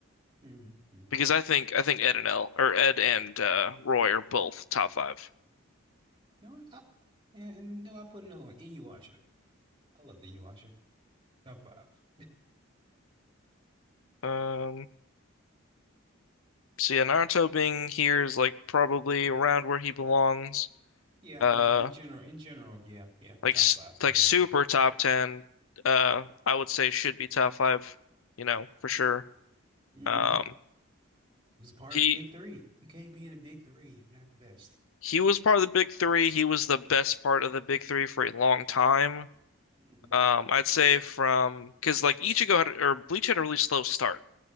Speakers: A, on the right; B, on the left.
A: Mm-hmm. Mm-hmm.
B: Because
A: You
B: I think I think Ed and El or Ed and uh, Roy are both top five.
A: know what? I, yeah, and no, I put another one. Inuyasha. I love the Inuyasha. Top five.
B: Um, so yeah, Naruto being here is like probably around where he belongs.
A: Yeah,
B: Uh.
A: yeah. In general, in general, yeah, yeah.
B: Like
A: Top
B: s-
A: five
B: like
A: in general.
B: super top 10. Uh I would say should be top 5, you know, for sure.
A: Mm-hmm.
B: Um
A: It was part
B: he
A: of the big three. You can't be in the big three. if You're not the best.
B: he was part of the big 3. He was the best part of the big 3 for a long time.
A: Mm-hmm.
B: Um I'd say from cuz like Ichigo had or Bleach had a really slow start.